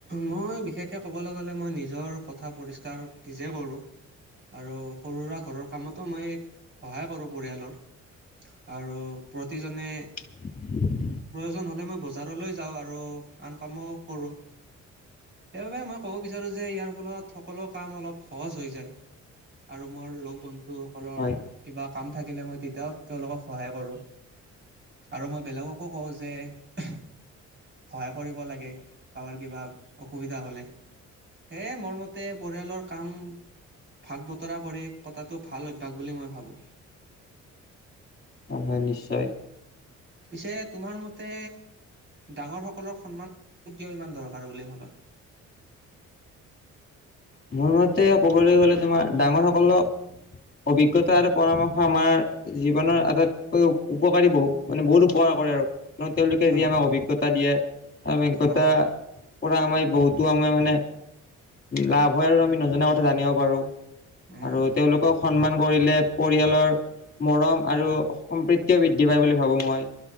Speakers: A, on the right (about 40°); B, on the left (about 30°).
A: মই বিশেষকে কবলৈ গলে মই নিজৰ কথা পৰিষ্কাৰ নিজে কৰো। আৰু সৰু সুৰা ঘৰৰ কামত। তো মই সহায় কৰোঁ পৰিয়ালৰ আৰু প্ৰতিজনে।
B: <inaudible>
A: প্ৰয়োজন হলে মই বজাৰলৈ যাওঁ, আৰু আন কামো কৰো। সেইবাবে মই ক'ব বিচাৰো যে ইয়াৰ ফলত সকলো কাম অলপ সহজ হৈ যায়। আৰু মোৰ লগ বন্ধু সকলৰ
B: হয়
A: কিবা কাম থাকিলে মই তেতিয়াও তেওঁলোকক। সহায় কৰো আৰু মই বেলেগকো কওঁ যে। সহায় কৰিব লাগে কাৰোবাৰ কিবা অসুবিধা হলে। হে মোৰ মতে পৰিয়ালৰ কাম। ভাগ বতৰা কৰি কতটো ভাল অভ্যাস বুলি মই ভাবোঁ।
B: অ হয়, নিশ্চয়,
A: পিছে তোমাৰ মতে ডাঙৰ সকলৰ সন্মান। কিয় ইমান দৰকাৰ বুলি ভবা।
B: মোৰ মতে ক'বলৈ গ'লে তোমাৰ ডাঙৰ সকলক অভিজ্ঞতা আৰু পৰামৰ্শ আমাৰ জীৱনৰ আটাইতকৈ উপকাৰী বহুত মানে বহুত উপকাৰ। কৰে আৰু তেওঁলোকে
A: অ
B: যি আমাক অভিজ্ঞতা দিয়ে অভিজ্ঞতা
A: অ
B: পৰা আমাৰ বহুতো আমাৰ মানে লাভ হয়। আৰু আমি নজনা কথা জানিব পাৰো।
A: উম
B: আৰু তেওঁলোকক সন্মান কৰিলে। পৰিয়ালৰ মৰম আৰু সম্প্ৰীতিও বৃদ্ধি পায় বুলি ভাবোঁ মই।